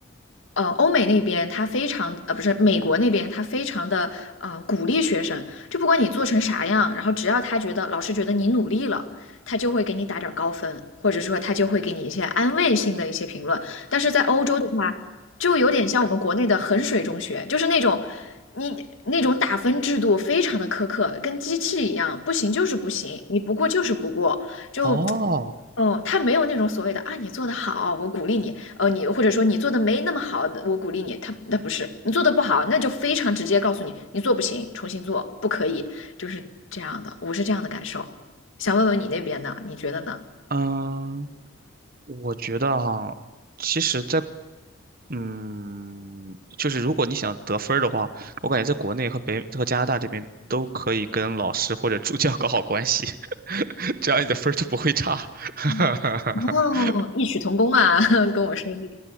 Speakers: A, on the left; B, on the right.
A: 呃，欧美那边他非常，呃，不是美国那边他非常的，呃，鼓励学生，就不管你做成啥样，然后只要他觉得老师觉得你努力了，他就会给你打点儿高分，或者说他就会给你一些安慰性的一些评论。但是在欧洲就有点像我们国内的衡水中学，就是那种你那种打分制度非常的苛刻，跟机器一样，不行就是不行，你不过就是不过，就。
B: 哦，
A: 哦，他没有那种所谓的啊，你做的好，我鼓励你。呃，你或者说你做的没那么好，我鼓励你。他那不是你做的不好，那就非常直接告诉你，你做不行，重新做，不可以，就是这样的。我是这样的感受。想问问你那边呢？你觉得呢？
B: 嗯。我觉得哈，其实在，嗯，就是如果你想得分儿的话，我感觉在国内和北和加拿大这边都可以跟老师或者助教 <laughs> 搞好关系，<laughs> 这样你的分儿就不会差。<laughs>
A: 嗯哦，异曲同工啊，<laughs> 跟我说那个，